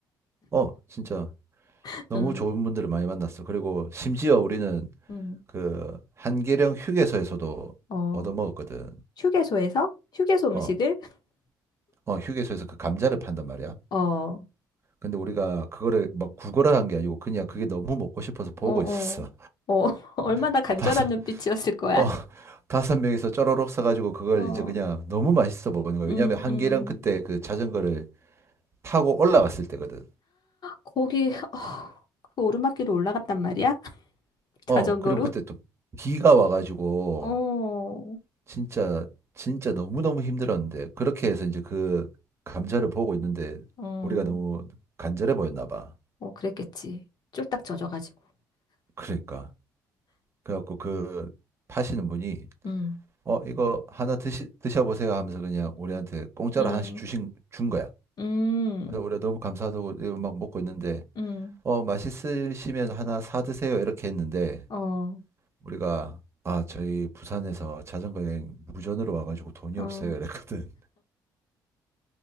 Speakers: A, on the right; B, on the left.
A: 어, 진짜
B: <laughs>
A: 너무
B: 음,
A: 좋은 분들을 많이 만났어. 그리고 심지어 우리는
B: 음.
A: 그 한계령 휴게소에서도
B: 어,
A: 얻어먹었거든.
B: 휴게소에서? 휴게소 음식을?
A: 어,
B: <laughs>
A: 어, 휴게소에서 그 감자를 판단 말이야.
B: 어, 어,
A: 근데 우리가 그거를 막 구걸을 한 게 아니고 그냥 그게 너무 먹고 싶어서 보고
B: 어.
A: 있었어.
B: 어, <laughs> 얼마나
A: <laughs>
B: 간절한
A: 다섯,
B: 눈빛이었을 거야.
A: 어, 다섯 명이서 쪼로록 사가지고 그걸
B: <laughs> 어,
A: 이제 그냥 너무 맛있어 먹는 거야.
B: 음,
A: 왜냐하면 한계령
B: 음.
A: 그때 그 자전거를 타고 올라갔을 때거든.
B: 거기 어, 그 오르막길로 올라갔단 말이야? <laughs> 자전거로?
A: 어, 그리고 그때 또 비가 와가지고
B: 어,
A: 진짜 진짜 너무너무 힘들었는데 그렇게 해서 이제 그 감자를 보고 있는데
B: 어,
A: 우리가 너무 간절해 보였나 봐.
B: 어, 그랬겠지. 쫄딱 젖어가지고.
A: 그러니까 그래갖고 그 파시는 분이
B: 음,
A: 어 이거 하나 드시 드셔보세요 하면서 그냥 우리한테 공짜로
B: 음,
A: 하나씩 주신 준 거야.
B: 음,
A: 그래서 우리가 너무 감사하다고 이거 막 먹고 있는데
B: 음,
A: 어 맛있으시면 하나 사 드세요 이렇게 했는데
B: 어,
A: 우리가 아 저희 부산에서 자전거 여행 무전으로 와가지고 돈이
B: 어.
A: 없어요 이랬거든.